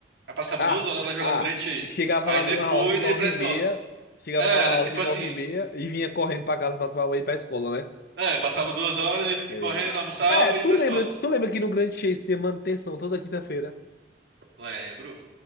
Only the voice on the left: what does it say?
Ah,
ah,
chegava
lá na
lan House de 9
e meia, chegava
na lan
House
de 9
e meia e vinha correndo pra casa pra tomar banho e ir pra escola, né?
E...
É, tu
lembra, tu lembra que no Grand Chase tinha manutenção toda quinta-feira?